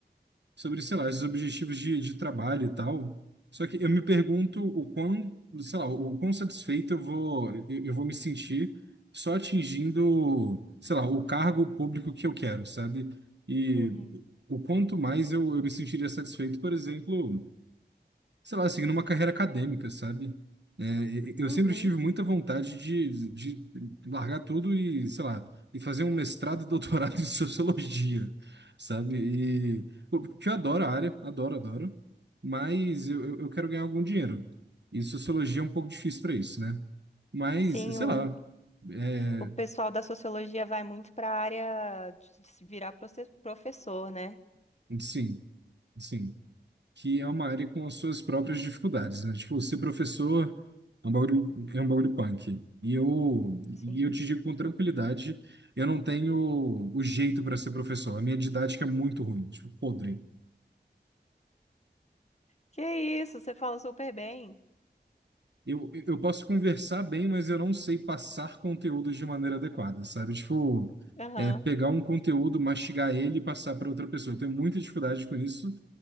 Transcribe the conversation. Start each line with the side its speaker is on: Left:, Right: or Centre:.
Right: sobre, sei lá, esses objetivos de, de trabalho e tal. Só que eu me pergunto o quão, sei lá, o quão satisfeito eu vou, eu, eu vou me sentir só atingindo, sei lá, o cargo público que eu quero, sabe? E
Left: Uhum.
Right: o quanto mais eu, eu me sentiria satisfeito, por exemplo sei lá, seguindo uma carreira acadêmica, sabe? É, e- eu
Left: Uhum.
Right: sempre tive muita vontade de, de largar tudo e, sei lá, e fazer um mestrado e doutorado <laughs> em sociologia, sabe? E pô, porque eu adoro a área, adoro, adoro, mas eu, eu eu quero ganhar algum dinheiro. E sociologia é um pouco difícil para isso, né? Mas,
Left: Sim,
Right: sei
Left: o,
Right: lá, é,
Left: o pessoal da sociologia vai muito para a área de de se virar proce- professor, né?
Right: sim, sim. que é uma área com as suas próprias dificuldades, né? Tipo, ser professor é um bagulho, é um bagulho punk. E eu,
Left: Sim.
Right: e eu te digo com tranquilidade, eu não tenho o jeito para ser professor. A minha didática é muito ruim, tipo, podre.
Left: Que isso, você fala super bem.
Right: Eu, eu posso conversar bem, mas eu não sei passar conteúdo de maneira adequada, sabe? Tipo,
Left: Aham.
Right: é, pegar um conteúdo, mastigar ele e passar para outra pessoa. Eu tenho muita dificuldade com isso.